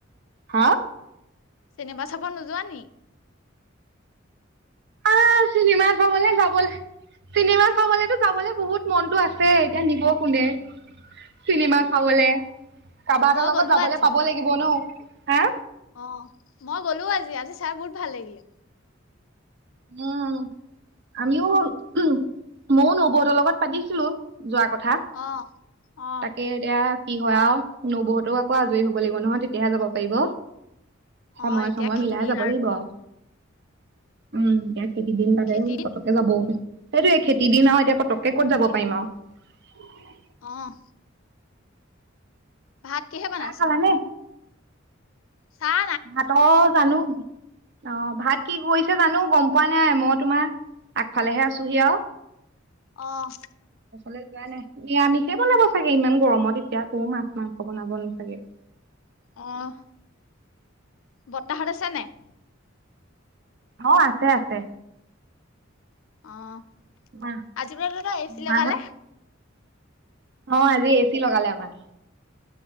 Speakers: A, on the right; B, on the left.
A: হা!
B: চিনেমা চাব নোযোৱা নি?
A: আ চিনেমা চাবলে যাব, চিনেমা চাবলেতো যাবলে বহুত মনতো আছে, এতিয়া নিব কোনে? চিনেমা চাবলে, কাৰবা
B: মই
A: এটাৰ লগত
B: গ'লো
A: যাবলে
B: আজি
A: পাব লাগিব ন' হা!
B: অ মই গ'লো আজি। আজি চাই বহুত ভাল লাগিলে।
A: উম, আমিও উহুম মইয়ো নবৌহঁতৰ লগত পাতিছিলোঁ যোৱা ক থা,
B: অ অ
A: তাকে এতিয়া কি হয় আও। নবৌ হঁতেও আকৌ আজৰি হ'ব লাগিব নহয়, তেতিয়াহে যাব পাৰিব। সময়
B: অ এতিয়া
A: সময়
B: খেতি
A: মিলাই
B: দিন
A: যাব লাগিব আৰু। উম, এয়া খেতি দিন তাতে,
B: খেতি দিন
A: পতককে যাবও পি- সেইটোৱে, খেতি দিন আৰু এতিয়া পতককে ক'ত যাব পাৰিম আৰু।
B: অহ। ভাত কিহে বনাইছে
A: চাহ খালানে?
B: ব? চাহ
A: ভাতৰ জানো? অ' ভাত কি কৰিছে জানো গম পোৱা নাই, মই তোমাৰ আগফালেহে আছোহি আও।
B: অহ।
A: লে যোৱা নাই নিৰামিষে বনাব চাগে ইমান গৰমত এতিয়া আকো মাছ মাংস বনাব নো চাগে।
B: অহ বৰ্তাহত আছে নাই?
A: অ আছে আছে।
B: অ'
A: মা
B: আজি পৰা লগত এ চি লগালে।
A: মাহত অ' আজি এ চি লগালে আমাৰ।